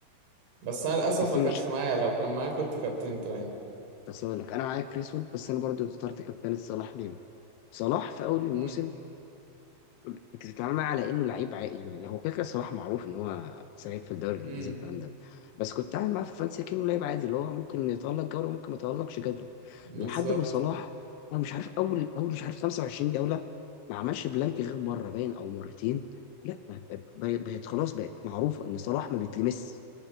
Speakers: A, on the right; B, on the left.
A: بس انا للاسف
B: بس
A: ما
B: المشكلة
A: كانش معايا لو كان معايا كنت كابتنته يعني
B: بس اقول لك انا معاك كريس وود بس انا برضو اخترت كابتن صلاح ليه صلاح في اول الموسم
A: امم
B: انت بتتعامل معاه على انه لعيب عا- يعني هو كده كده صلاح معروف ان هو سعيد في الدوري الانجليزي
A: امم
B: والكلام ده بس كنت بتعامل معاه في فرنسا كانه لعيب عادي اللي هو ممكن يتألق جوله ممكن ما يتألقش جوله
A: بالظبط
B: لحد ما صلاح انا مش عارف اول اول مش عارف 25 جوله ما عملش بلانك غير مره باين او مرتين لا بقت بقت خلاص بقت معروفه ان صلاح ما بيتلمس